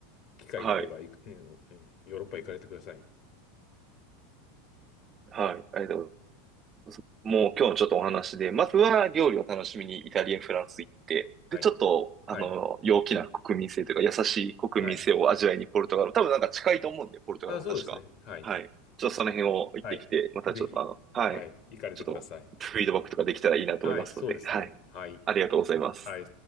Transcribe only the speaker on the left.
機会があれば行く、
うんうんヨーロッパ行かれてください。
はい。
はい。
はい。
あ、そうですね。はい。
はい。
ぜひ、
はい。行かれてください。
はい。そうですね。
はい。
はい。